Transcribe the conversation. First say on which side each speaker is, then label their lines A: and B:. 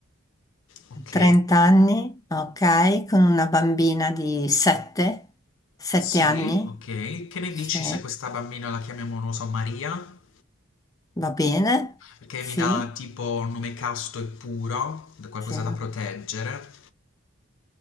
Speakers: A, on the left (about 65°); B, on the left (about 15°).
A: Ok.
B: 30 anni, ok, con una bambina di 7, 7
A: Sì,
B: anni.
A: ok. Che ne
B: Sì,
A: dici se questa bambina la chiamiamo, non lo so, Maria?
B: va bene,
A: Perché
B: sì,
A: mi dà tipo un nome casto e puro, qualcosa
B: sì.
A: da proteggere.